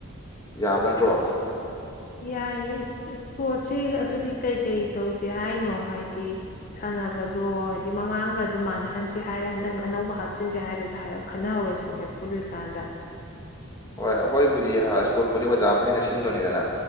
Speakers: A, on the left (about 15°); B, on the left (about 40°).
A: ꯌꯥꯕ ꯅꯠꯇ꯭ꯔꯣ
B: ꯌꯥꯏꯌꯦ ꯏꯁꯄꯣꯔꯠꯁꯦ ꯑꯗꯨꯗꯤ ꯀꯩꯀꯩ ꯇꯧꯁꯦ ꯍꯥꯏꯅꯣ ꯍꯥꯏꯗꯤ ꯁꯥꯟꯅꯕꯗꯣ ꯍꯥꯏꯗꯤ ꯃꯃꯥꯡꯒ ꯑꯗꯨꯝ ꯃꯥꯟꯅꯍꯟꯁ‌ꯦ ꯍꯥꯏꯔ ꯍꯟꯗꯛꯅ ꯑꯅꯧꯕ ꯍꯥꯞꯆꯤꯟꯁꯦ ꯍꯥꯏꯔ ꯑꯗꯨ ꯍꯥꯏꯔꯛꯄ ꯈꯟꯅꯍꯧꯔꯁꯤꯅꯦ ꯄꯨꯜꯂꯤꯀꯥꯟꯗ
A: ꯍꯣꯏ ꯑꯩꯈꯣꯏꯕꯨꯗꯤ ꯏꯁꯄ‌ꯣꯔꯠꯄꯨꯗꯤ ꯑꯣꯖꯥ ꯃꯈꯩꯅ ꯁꯤꯟꯗꯣꯏꯅꯤꯗꯅ